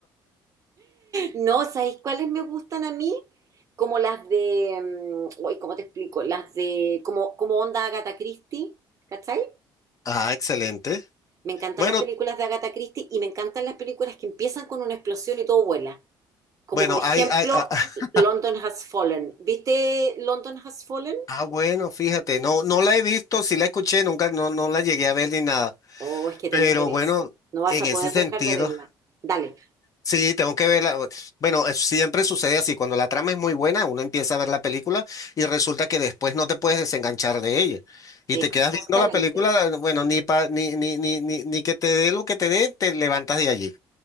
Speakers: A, on the right; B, on the left.
A: No, ¿sabéis cuáles me gustan a mí? Como las de, mm, uy, ¿cómo te explico? Las de, como, como onda Agatha Christie, ¿cachai?
B: Ah, excelente.
A: Me encantan
B: Bueno,
A: las películas de Agatha Christie y me encantan las películas que empiezan con una explosión y todo vuela. Como
B: bueno,
A: por ejemplo,
B: hay, hay, ah, ah,
A: London Has Fallen. ¿Viste London Has Fallen?
B: ah, bueno, fíjate, no, no la he visto, sí la escuché, nunca, no, no la llegué a ver ni nada,
A: Oh, es que te
B: pero
A: mueres.
B: bueno,
A: No vas
B: en
A: a
B: ese
A: poder
B: sentido,
A: dejar de verla. Dale,
B: sí, tengo que verla. Bueno, eh, siempre sucede así, cuando la trama es muy buena, uno empieza a ver la película y resulta que después no te puedes desenganchar de ella y
A: exactamente.
B: te quedas viendo la película, bueno, ni pa, ni, ni, ni, ni, ni que te dé lo que te dé, te levantas de allí.